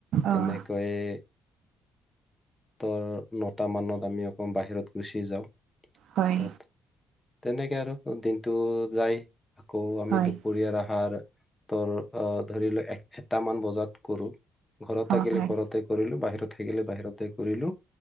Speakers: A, on the right; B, on the left.
A: অ',
B: তেনেকৈয়ে ধৰ নটা মানত আমি আকৌ বাহিৰত গুচি যাওঁ।
A: হয়,
B: ত'ত তেনেকে আৰু দিনটো যাই। আকৌ আমি
A: হয়,
B: দুপৰীয়াৰ আহাৰ ত'ৰ ধৰি লোৱা এটামান বজাত কৰো ঘৰত
A: অ',
B: থাকিলে
A: হয়,
B: ঘৰতে কৰিলো বাহিৰত থাকিলে বাহিৰতে কৰিলো